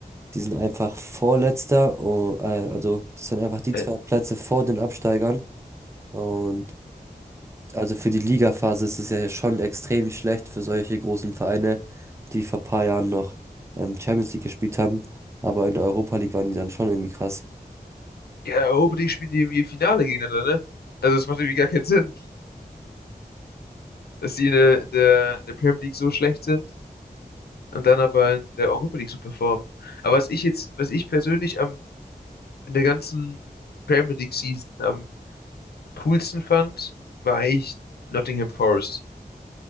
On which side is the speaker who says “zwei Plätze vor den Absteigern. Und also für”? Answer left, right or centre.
Right